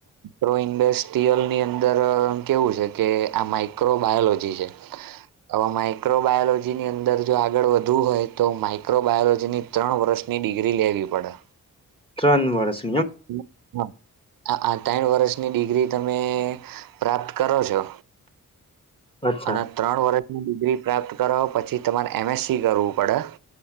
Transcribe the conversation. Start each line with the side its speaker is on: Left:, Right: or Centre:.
Right: રો ઇન્ડસ્ટ્રીયલની અંદર કેવું છે, કે આ માઈક્રો બાયોલોજી છે. અવે માઈક્રો બાયોલોજીની અંદર જો આગળ વધવું હોય તો માઈક્રો બાયોલોજીની ત્રણ વર્ષની ડિગ્રી લેવી પડે
Left: ત્રણ વર્ષ
Right: <inaudible> હ આ ત્રણ વર્ષની ડિગ્રી તમે પ્રાપ્ત કરો છો
Left: અચ્છા
Right: અને ત્રણ વર્ષની ડિગ્રી પ્રાપ્ત કરો પછી તમારે એમ એસ સી કરવું પડે